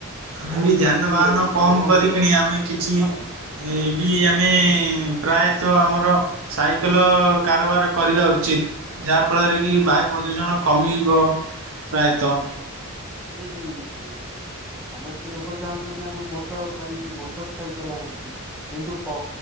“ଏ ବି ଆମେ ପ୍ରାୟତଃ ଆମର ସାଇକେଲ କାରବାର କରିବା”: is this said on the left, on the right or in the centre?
Right